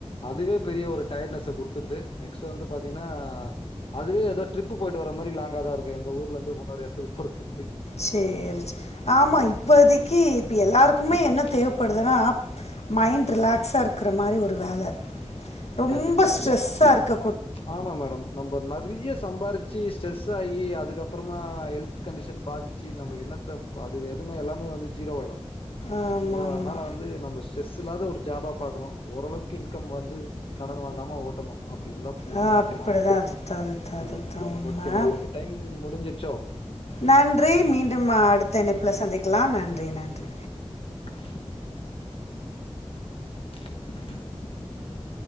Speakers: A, on the left (about 55°); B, on the left (about 75°).
A: அதுவே பெரிய ஒரு டயர்ட்னஸ்ஸு குடுத்துருது நெக்ஸ்ட் வந்து பாத்தீங்கன்னா அதுவே ஏதோ ட்ரிப்பு போய்ட்டு வர மாரி லாங்காதா இருக்கு எங்க ஊர்லருந்து இன்னொரு எடத்துக்கு போறதுக்கு
B: சேரி சே ஆமா
A: ம்
B: இப்பதைக்கு இப்ப எல்லாருக்குமே என்ன தேவைப்படுதுன்னா
A: ஆ
B: மைண்ட் ரிலாக்ஸா
A: ம்
B: இருக்கிற மாதிரி ஒரு வேல ரொம்ப
A: கண்டிப்பா
B: ஸ்ட்ரெஸா இருக்க
A: ஆமா மேடம் நம்போ நெறைய சம்பாிச்சு ஸ்ட்ரெஸ் ஆகி அதுக்கப்புறமா ஹெல்த் கண்டிஷன் பாதிச் சி நம்ம என்னத்தை அது எதுவுமே எல்லாமே வந்து ஜீரோவாய்டு
B: ஆமா,
A: சோ
B: ஆமா.
A: அதனால வந்து நம்ம ஸ்ட்ரெஸ் இல்லாத ஒரு ஜாபா பாக்கணு ஓரளவுக்கு இன்கம் வந்து கடன் வாங்காம ஓட்டணு அப்டி இருந்தா போதுன்னு
B: ஆ
A: நெனைக்கிறேன்
B: அப்படிதான் அதுதான், அதுதான்,
A: ம்
B: அதுதான்
A: ம்
B: உண்ம.
A: ஓகே மேடம் நம்ப டைம் முடிஞ்சுச்சோ
B: நன்றி மீண்டும் அடுத்த இணைப்பில சந்திக்கலா நன்றி நன்றி
A: <unintelligible> <unintelligible>